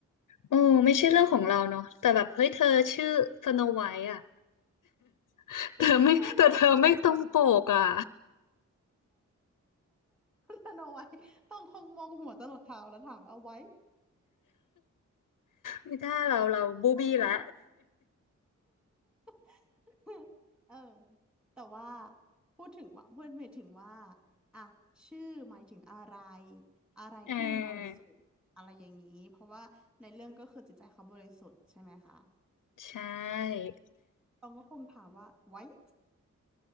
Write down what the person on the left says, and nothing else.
โอ้ไม่ใช่เรื่องของเราเนาะแต่แบบเฮ้ยเธอชื่อสโนไวท์อ่ะ <laughs> เธอไม่แต่เธอไม่ตรงปกอ่ะ
ไม่ได้เราเราบูบี้ละ
<laughs> อ่าใช่